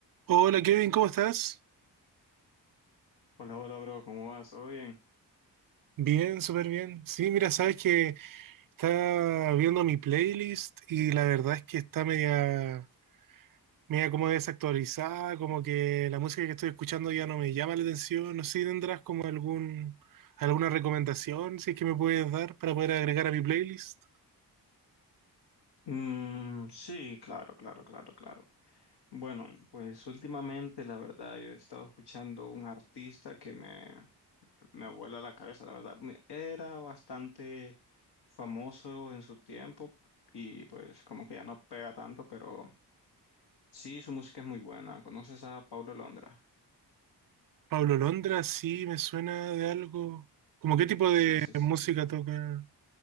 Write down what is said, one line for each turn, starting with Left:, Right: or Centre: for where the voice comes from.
Right: Hola Kevin, ¿cómo estás?
Left: Hola, hola, bro, ¿cómo vas? ¿Todo bien?
Right: Bien, súper bien. Sí, mira, sabes que estaba viendo mi playlist y la verdad es que está media, media como desactualizada, como que la música que estoy escuchando ya no me llama la atención. No sé si tendrás como algún, alguna recomendación, si es que me puedes dar para poder agregar a mi playlist.
Left: Mm, sí, claro, claro, claro, claro. Bueno, pues últimamente, la verdad, yo he estado escuchando un artista que me, me vuela la cabeza, la verdad. Me- Era bastante famoso en su tiempo y pues como que ya no pega tanto, pero sí, su música es muy buena. ¿Conoces a Paulo Londra?
Right: Pablo Londra, sí, me suena de algo. ¿Cómo qué tipo
Left: Sí,
Right: de
Left: sí, sí.
Right: música toca?